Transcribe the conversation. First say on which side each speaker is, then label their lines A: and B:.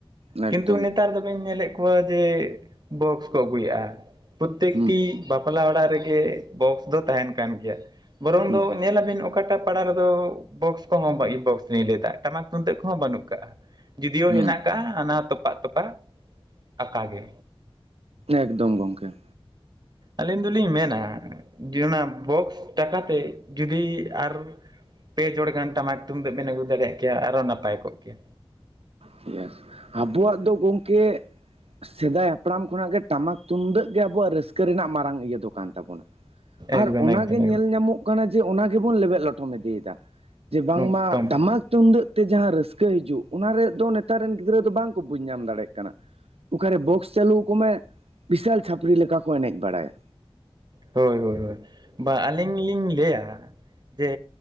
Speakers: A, on the right; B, on the right.
A: ᱮᱠᱫᱚᱢ
B: ᱠᱤᱱᱛᱩ ᱱᱮᱛᱟᱨ ᱫᱚ ᱵᱤᱱ ᱧᱮᱞᱮᱫ᱾ ᱮ ᱡᱮ ᱵᱚᱠᱥ ᱠᱚ ᱟᱹᱜᱩᱭᱮᱫᱼᱟ ᱯᱨᱚᱛᱮᱠᱴᱤ᱾
A: ᱦᱩᱸ
B: ᱵᱟᱯᱞᱟ ᱚᱲᱟᱜ ᱨᱮᱜᱮ ᱵᱚᱠᱥ ᱫᱚ ᱛᱟᱦᱮᱱ ᱠᱟᱱ ᱜᱮᱭᱟ ᱵᱚᱨᱚᱝ
A: ᱦᱩᱸ
B: ᱫᱚ ᱧᱮᱞᱟ ᱵᱤᱱ ᱚᱠᱟᱴᱟᱜ᱾ ᱯᱟᱲᱟ ᱨᱮᱫᱚ ᱵᱚᱠᱥ ᱠᱚᱦᱚᱸ ᱵᱟᱭ ᱵᱚᱠᱥ ᱞᱟᱹᱭ ᱮᱫᱟ ᱴᱟᱢᱟᱠ ᱛᱩᱢᱫᱟᱹᱜ ᱠᱚᱦᱚᱸ ᱵᱟᱹᱱᱩᱜ ᱠᱟᱜᱼᱟ᱾ ᱡᱩᱫᱤᱭᱳ
A: ᱦᱩᱸ
B: ᱦᱮᱱᱟᱜ ᱟᱠᱟᱜᱼᱟ ᱦᱟᱱᱟ ᱛᱚᱯᱟᱜ ᱛᱚᱯᱟᱜ ᱟᱠᱟ ᱜᱮ᱾
A: ᱮᱠᱫᱚᱢ ᱜᱚᱝᱠᱮ᱾
B: ᱟᱹᱞᱤᱧ ᱫᱚᱞᱤᱧ ᱢᱮᱱᱟ ᱚᱱᱟ ᱵᱚᱠᱥ ᱴᱟᱠᱟᱛᱮ ᱡᱩᱫᱤ ᱟᱨ᱾ ᱯᱮ ᱡᱚᱲ ᱜᱟᱱ ᱴᱟᱢᱟᱠ ᱛᱩᱢᱫᱟᱹᱜ ᱵᱮᱱ ᱟᱹᱜᱩ ᱫᱟᱲᱮᱭᱟᱜ ᱠᱮᱭᱟ ᱟᱨᱦᱚ ᱱᱟᱯᱟᱭ ᱠᱚᱜ ᱠᱮᱭᱟ᱾
A: <unintelligible> ᱟᱵᱚᱣᱟᱜ ᱫᱚ ᱜᱚᱝᱠᱮ᱾ ᱥᱮᱫᱟᱭ ᱦᱟᱯᱲᱟᱢ ᱠᱷᱚᱱᱟᱜ ᱜᱮ ᱴᱟᱢᱟᱠ ᱛᱩᱢᱫᱟᱹᱜ ᱜᱮ ᱟᱵᱩᱣᱟᱜ ᱨᱟᱹᱥᱠᱟᱹ ᱨᱮᱱᱟᱜ ᱢᱟᱨᱟᱝ ᱤᱭᱟᱹ ᱫᱚ ᱠᱟᱱ ᱛᱟᱵᱚᱱᱟ᱾
B: ᱮᱠᱫᱚᱢ
A: ᱟᱨ ᱚᱱᱟᱜ
B: ᱮᱠᱫᱚᱢ
A: ᱜᱮ
B: ᱮᱠᱫᱚᱢ
A: ᱧᱮᱞ ᱧᱟᱢᱚᱜ᱾ ᱡᱮ ᱚᱱᱟ ᱜᱮᱵᱚᱱ ᱞᱮᱵᱮᱫ ᱞᱚᱴᱚᱢ ᱤᱫᱤᱭᱮ ᱫᱟ ᱡᱮ ᱵᱟᱝ
B: ᱮᱠᱫᱚᱢ
A: ᱢᱟ ᱴᱟᱢᱟᱠ᱾ ᱛᱩᱢᱫᱟᱹᱜ ᱛᱮ ᱡᱟᱦᱟᱸ ᱨᱟᱹᱥᱠᱟᱹ ᱦᱤᱡᱩᱜ ᱚᱱᱟ ᱨᱮᱫᱚ ᱱᱮᱛᱟᱨ ᱨᱮᱱ ᱜᱤᱫᱽᱨᱟᱹ ᱫᱚ ᱵᱟᱝ ᱠᱚ ᱵᱩᱡᱽ ᱧᱟᱢ ᱫᱟᱲᱮᱭᱟᱜ ᱠᱟᱱᱟ᱾ ᱚᱠᱟᱨᱮ ᱵᱚᱠᱥ ᱪᱟᱹᱞᱩ ᱟᱠᱚ ᱢᱮ ᱵᱤᱥᱟᱞ ᱪᱷᱟᱯᱨᱤ ᱞᱮᱠᱟ ᱠᱚ ᱮᱱᱮᱡ ᱵᱟᱲᱟᱭᱟ᱾
B: ᱦᱳᱭ ᱦᱳᱭ ᱦᱳᱭ ᱵᱟ ᱟᱹᱞᱤᱧ ᱞᱤᱧ ᱞᱟᱹᱭᱟ ᱡᱮ᱾